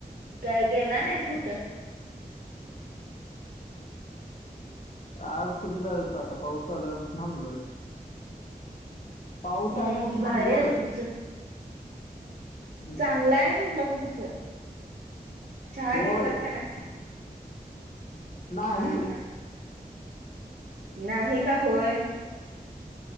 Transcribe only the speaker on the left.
आज कुठे जाय होतं आता पाऊसचालाय पण थांबलोय. पाऊस
आहे म्हणून
थांबलोय
हम्म
होय
नाही